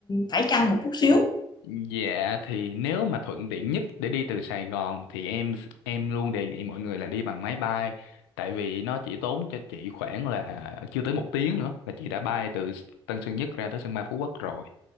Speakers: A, on the left; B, on the left.
A: phải chăng một chút xíu.
B: Dạ thì nếu mà thuận tiện nhất để đi từ Sài Gòn thì em em luôn đề nghị mọi người là đi bằng máy bay tại vì nó chỉ tốn cho chị khoảng là chưa tới một tiếng nữa là chị đã bay từ Tân Sơn Nhất ra tới sân bay Phú Quốc rồi